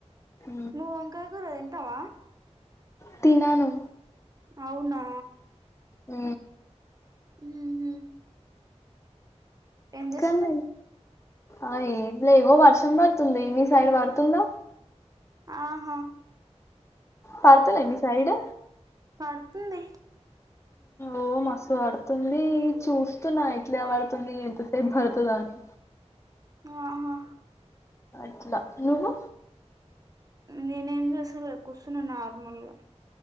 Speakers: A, on the left (about 25°); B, on the right (about 30°).
A: ఊ
B: నువ్ వంకాయ కూర తింటవ
A: తినను
B: అవునా
A: ఊ
B: ఉహు ఏం చేస్తున్నావ్
A: కనీ ఆ ఏం లే ఇగో వర్షం పడుతుంది మీ సైడ్ పడుతుందో
B: ఆహా
A: పర్తలె మీ సైడ్
B: పడుతుంది
A: ఓ మస్తు పడుతుంది చూస్తున్నా ఇట్లే పడుతుంది ఎంతసేపు పడుతదో అని
B: ఆహా
A: అట్లా నువ్వు
B: నేనేం చేసలె కూర్చున్న నార్మల్ గా